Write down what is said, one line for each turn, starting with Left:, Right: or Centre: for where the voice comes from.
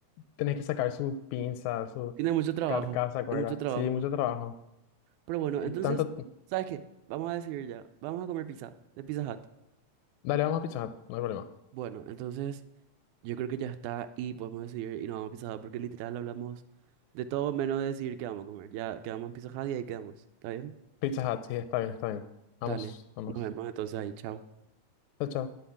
Left: Tenés que sacar sus pinzas, su
Right: tiene mucho trabajo,
Left: carcasa, ¿cuál
Right: hay mucho
Left: era?
Right: trabajo.
Left: Sí, mucho trabajo.
Right: Pero bueno,
Left: Y
Right: entonces,
Left: tanto...
Right: ¿sabes qué? Vamos a decidir ya, vamos a comer pizza, de Pizza Hut.
Left: Dale, vamos a Pizza Hut, no hay problema.
Right: Bueno, entonces... Yo creo que ya está y podemos decidir y nos vamos a Pizza Hut porque literal hablamos de todo menos de decidir qué vamos a comer. Ya quedamos en Pizza Hut y ahí quedamos. ¿Está bien?
Left: Pizza Hut, sí, está bien, está bien. Vamos,
Right: Dale.
Left: vamos.
Right: Nos vemos entonces ahí. Chao.
Left: Chao, chao.